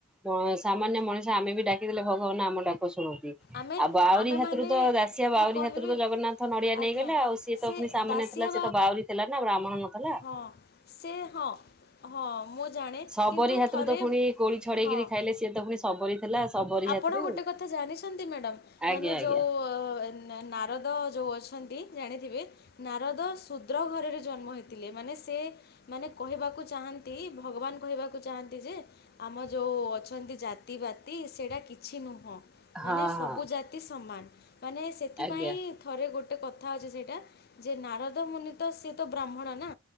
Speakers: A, in the centre; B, on the left (about 50°).
A: ଅଁ ସାମାନ୍ୟ ମଣିଷ ଆମେ ବି ଡାକିଦେଲେ ଭଗବାନ ଆମ ଡାକ ଶୁଣୁ
B: ଆମେ
A: ଆଉ ବାଉରି
B: ଆମେମାନେ
A: ହାତୁରୁ ତ ଦାସିଆ ବାଉରି
B: ମୁଁ କହିବି
A: ହାତୁରୁ ତ ଜଗନ୍ନାଥ ନଡିଆ ନେଇଗଲେ
B: ଆଜ୍ଞା
A: ଆଉ ସିଏ ତ
B: ସେ
A: ପୁଣି ସାମାନ୍ୟ
B: ଦାସିଆ
A: ଥିଲା ସିଏ ତ ବାଉରି ଥିଲା ନା ବ୍ରାହ୍ମଣ ନଥିଲା।
B: ହଁ ସେ ହଁ ହଁ। ମୁଁ ଜାଣେ
A: ଶବରୀ
B: କିନ୍ତୁ
A: ହାତୁରୁ
B: ଥରେ
A: ତ ପୁଣି କୋଳି ଛଡେଇ
B: ହଁ
A: କିରି ଖାଇଲେ ସିଏ ତ ପୁଣି ଶବରୀ ଥିଲା ଶବରୀ
B: ଆପଣ
A: ହାତରୁ
B: ଗୋଟେ କଥା ଜାଣିଛନ୍ତି ମ୍ୟାଡମ୍
A: ଆଜ୍ଞା
B: ମାନେ
A: ଆଜ୍ଞା
B: ଯୋଉ ନା-ନା ନାରଦ ଯୋଉ ଅଛନ୍ତି ଜାଣିଥିବେ ନାରଦ ଶୁଦ୍ର ଘରରେ ଜନ୍ମ ହେଇଥିଲେ, ମାନେ ସେ ମାନେ କହିବାକୁ ଚାହାଁନ୍ତି ଭଗବାନ କହିବାକୁ ଚାହାଁନ୍ତି ଯେ ଆମ ଯୋଉ ଅଛନ୍ତି ଜାତି ବାତି ସେ ଏହା କିଛି ନୁହଁ। ମାନେ
A: ହଁ
B: ସବୁ
A: ହଁ
B: ଜାତି ସମାନ। ମାନେ ସେଥିପାଇଁ
A: ଆଜ୍ଞା
B: ଥରେ ଗୋଟ ଗୋଟେ କଥା ଅଛି ସେ ଇଟା ଯେ ନାରଦ ମୁନି ତ ସେ ତ ବ୍ରାହ୍ମଣ ନା,